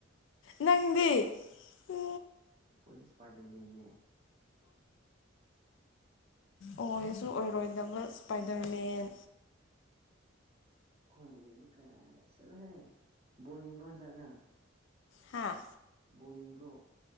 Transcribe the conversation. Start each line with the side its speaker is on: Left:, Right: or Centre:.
Left: ꯅꯪꯗꯤ ꯎ
Right: ꯑꯩꯈꯣꯏꯗꯤ ꯏꯁꯄꯥꯏꯗꯔ ꯃꯦꯦ
Left: ꯑꯣꯏꯔꯁꯨ ꯑꯣꯏꯔꯣꯏꯗꯕ ꯏꯁꯄꯥꯏꯗꯔꯃꯦꯟ
Right: ꯍꯣꯏꯗꯕ ꯀꯥꯏꯅ ꯆꯠꯅ ꯍꯥꯏ ꯕꯣ ꯌꯦꯡꯕ ꯍꯟꯗꯛꯅ
Left: ꯍꯥꯥ
Right: ꯕꯣ ꯌꯦꯡꯕ꯭ꯔꯣ